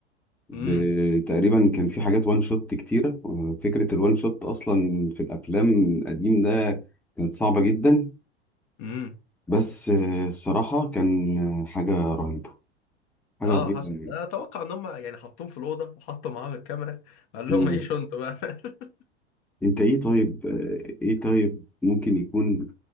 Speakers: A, in the centre; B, on the left (about 40°).
A: ب...
B: امم
A: تقريبا كان في حاجات وان شوت كتيره فكره الوان شوت اصلا في الافلام القديم ده كانت صعبه جدا
B: امم
A: بس آه، الصراحه كان حاجه رهيبه حاجه
B: اه
A: رهيبه
B: حصل انا اتوقع ان هم يعني حطوهم في الاوضه وحطوا معاهم الكاميرا قال
A: يعني
B: لهم عيشوا انتوا بقى <laughs>
A: انت ايه طيب آه، ايه طيب ممكن يكون